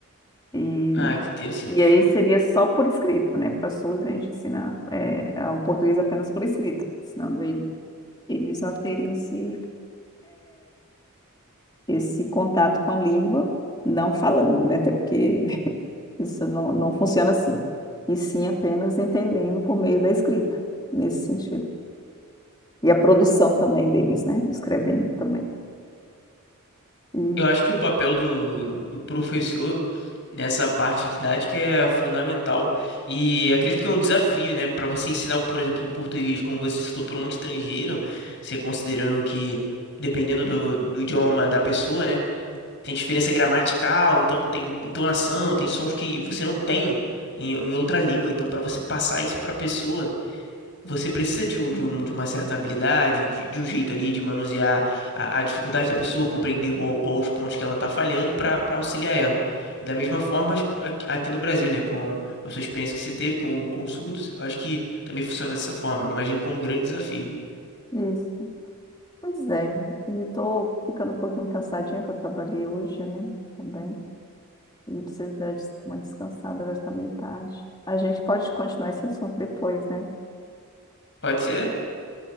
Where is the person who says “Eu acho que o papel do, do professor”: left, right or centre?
Left